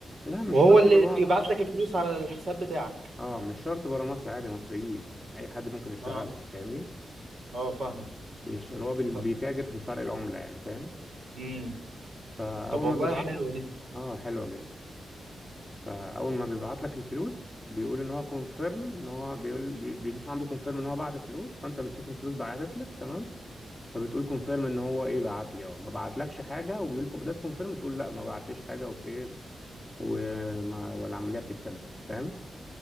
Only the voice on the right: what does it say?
وهو
اللي
بيبعت
لك الفلوس على الحساب بتاعك
اه
اه فاهمك
طب
امم
طب والله
حلوه
دي